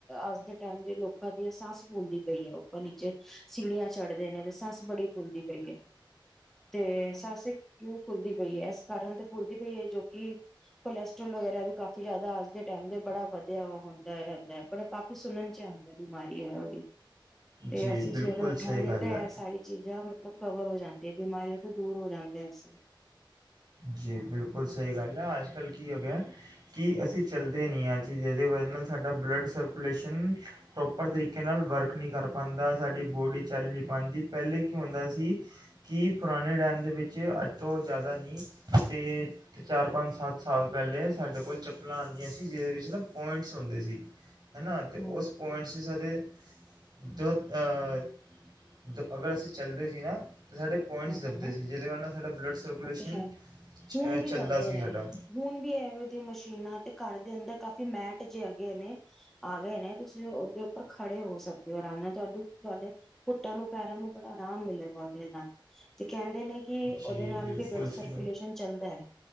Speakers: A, in the centre; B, on the right (about 50°).
A: ਅੱਜ ਦੇ ਟਾਈਮ ਦੇ ਲੋਕਾਂ ਦੀ ਸੱਸ ਫੁੱਲਦੀ ਪਈ ਹੈ, ਉੱਪਰ ਨੀਚੇ ਸੀੜੀਆਂ ਚੜਦੇ ਨੇ ਤੇ ਸੱਸ ਬੜੀ ਫੁਲਦੀ ਪਈ ਹੈ ਤੇ ਸੱਸ ਕਿਉ ਫੁੱਲਦੀ ਪਈ ਹੈ, ਏਸ ਕਾਰਨ ਤੇ ਫੁੱਲਦੀ ਪਈ ਏ ਜੋ ਕਿ ਕੋਲੈਸਟਰ੍ਰੋਲ ਵਗੈਰਾ ਵੀ ਕਾਫ਼ੀ ਜ਼ਿਆਦਾ ਅੱਜ ਦੇ ਟਾਈਮ ਬੜਾ ਵਧੀਆ ਹੁੰਦਾ ਰਹਿੰਦਾ ਏ, ਬੜ ਕਾਫੀ ਸੁਣਨ ਚ ਆਂਦਾ ਬਿਮਾਰੀ ਏ <unintelligible> ਤੇ
B: ਜੀ
A: ਅਸੀਂ
B: ਬਿਲਕੁਲ
A: ਸਵੇਰੇ ਉਠਾਂਗੇ
B: ਸਹੀ ਗੱਲ
A: ਤੇ, ਇਹ
B: ਹੈ
A: ਸਾਰੀ ਚੀਜ਼ਾਂ ਮਤਲਬ ਕਵਰ ਹੋ ਜਾਂਦੀ, ਬਿਮਾਰੀਆਂ ਤੋਂ ਦੂਰ ਹੋ ਜਾਂਦੇ ਐ <unintelligible>
B: ਜੀ ਬਿਲਕੁਲ ਸਹੀ ਗੱਲ ਆ, ਅੱਜ ਕੱਲ੍ਹ ਕੀ ਹੋ ਗਿਆ ਕਿ ਅਸੀਂ ਚੱਲਦੇ ਨਹੀਂ ਹਾਂ ਜੀ ਜਿਹਦੇ ਵਜ੍ਹਾ ਨਾਲ ਸਾਡਾ ਬਲੱਡ ਸਰਕੂਲੇਸ਼ਨ ਪ੍ਰੋਪਰ ਤਰੀਕੇ ਨਾਲ ਵਰਕ ਨਹੀਂ ਕਰ ਪਾਂਦਾ ਸਾਡੀ ਬੋਡੀ ਚੱਲ ਨੀ ਪਾਂਦੀ। ਪਹਿਲੇ ਕੀ ਹੁੰਦਾ ਸੀ, ਕਿ ਪੁਰਾਣੇ ਟਾਈਮ ਦੇ ਵਿੱਚ ਅੱਜ ਤੋਂ ਜ਼ਿਆਦਾ ਨੀ ਤੇ ਚਾਰ ਪੰਜ ਸੱਤ ਸਾਲ ਪਹਿਲੇ ਸਾਡੇ ਕੋਲ ਚੱਪਲਾਂ ਆਂਦੀਆ ਸੀ, ਜਿਹਦੇ ਵਿੱਚ ਨਾ ਪੁਆਇੰਟਸ ਹੁੰਦੇ ਸੀ। ਹੈਨਾ ਤੇ
A: ਹਮ
B: ਉਸ ਪੁਆਇੰਟਸ ਚ ਸਾ <unintelligible> ਦੋ ਆਹ ਦ, ਅਗਰ ਅਸੀਂ ਚੱਲਦੇ ਸੀ ਨਾ ਤੇ ਸਾਡੇ ਪੁਆਇੰਟਸ
A: ਹਮ
B: ਦੱਬਦੇ
A: ਹਮ
B: ਸੀ, ਜਿਹਦੇ <unintelligible> ਲ ਨਾ ਸਾਡਾ ਬਲੱਡ ਸਰਕੂਲੇਸ਼ਨ
A: ਉਹ ਤੇ ਹੈ ਹੁਣ ਵੀ
B: ਚੱਲਦਾ
A: ਦੱਬਦੇ
B: ਸੀ
A: ਨੇ,
B: ਸਾਡਾ
A: ਹੁਣ ਵੀ ਏਵੇਂ ਦੀਆਂ ਮਸ਼ੀਨਾਂ ਤੇ ਘਰ ਦੇ ਅੰਦਰ ਕਾਫ਼ੀ ਮੈਟ ਜੇ ਆਗੇ ਨੇ ਆ ਗਏ ਨੇ, ਤੁਸੀਂ ਉਹਦੇ ਉੱਪਰ ਖੜੇ ਹੋ ਸਕਦੇ ਹੋ ਆਰਾਮ ਨਾਲ, ਤੁਹਾਨੂੰ ਤੁਹਾਡੇ ਘੁੱਟਾਂ ਨੂੰ ਪੈਰਾਂ ਨੂੰ ਬੜਾ ਆਰਾਮ ਮਿਲੇਗਾ ਉਹਦੇ ਨਾਲ। ਤੇ ਕਹਿੰਦੇ ਨੇ ਕਿ
B: ਜੀ
A: ਉਹਦੇ ਨਾਲ
B: ਬਿਲਕੁਲ
A: ਵੀ ਬਲੱਡ ਸਰਕੂਲੇਸ਼ਨ
B: ਸੀ
A: ਚੱਲ੍ਹਦੇ,